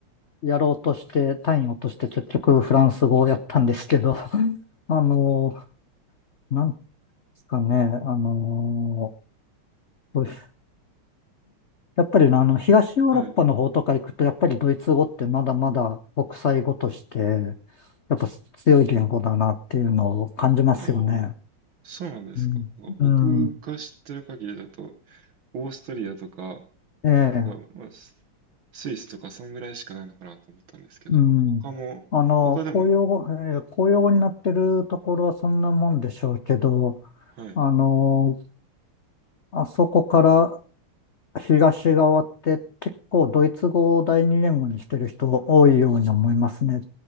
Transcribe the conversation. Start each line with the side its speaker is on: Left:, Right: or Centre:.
Left: やろうとして、単位を落として結局フランス語をやったんですけど、<laughs> あの、なんですかね、あの、どうしやっぱりあの、東ヨーロッパの方とか行くと、
Right: はい。
Left: やっぱりドイツ語ってまだまだ国際語として、やっぱ強い言語だなっていうのを感じますよね。
Right: おお、そうなんですか。
Left: うん。
Right: 僕が知ってる限りだと、
Left: うん。
Right: オーストリアとか、
Left: ええ。
Right: が、まあスイスとかそんぐらいしかないのかなと思ったんですけど、
Left: うん。
Right: 他も、
Left: あの、
Right: 他でも、
Left: 公用語、えー公用語になってるところはそんなもんでしょうけど、
Right: はい。
Left: あの、あそこから東側って結構ドイツ語を第二言語にしてる人多いように思いますね。